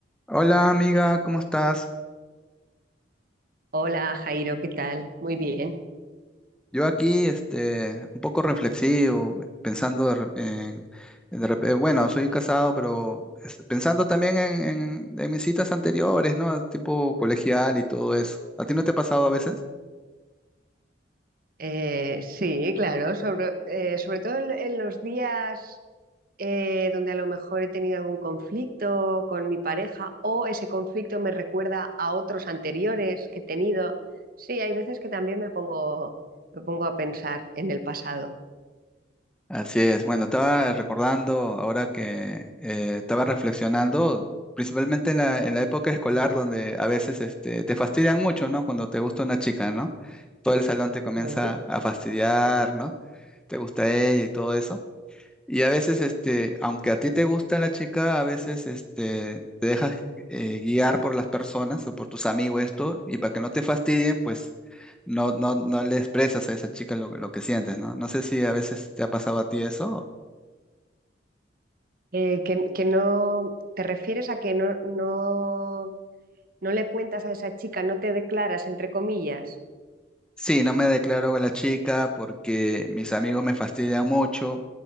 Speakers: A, in the centre; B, on the right (about 50°).
A: Hola amiga, ¿cómo estás?
B: Hola Jairo, ¿qué tal? Muy bien.
A: Yo aquí, este, un poco reflexivo, pensando de rep- en, de rep- eh, bueno, soy casado, pero es- pensando también en, en- en mis citas anteriores, ¿no? Tipo colegial y todo eso. ¿A ti no te ha pasado a veces?
B: Eh, sí, claro, sobre, eh, sobre todo en, en los días eh, donde a lo mejor he tenido algún conflicto con mi pareja o ese conflicto me recuerda a otros anteriores que he tenido. Sí, hay veces que también me pongo, me pongo a pensar en el pasado.
A: Así es. Bueno, estaba recordando ahora que eh, estaba reflexionando, principalmente en la, en la época escolar donde a veces este, te fastidian mucho, ¿no? Cuando te gusta una chica, ¿no? Todo el salón te comienza
B: Ujú.
A: a fastidiar, ¿no? Te gusta ella y todo eso. Y a veces, este, aunque a ti te gusta la chica, a veces, este, te dejas eh, guiar por las personas o por tus amigos esto, y para que no te fastidien, pues no, no, no le expresas a esa chica lo, lo que sientes, ¿no? No sé si a veces te ha pasado a ti eso.
B: Eh, que, que no, ¿te refieres a que no, no, no le cuentas a esa chica, no te declaras, entre comillas?
A: Sí, no me declaro a la chica porque mis amigos me fastidian mucho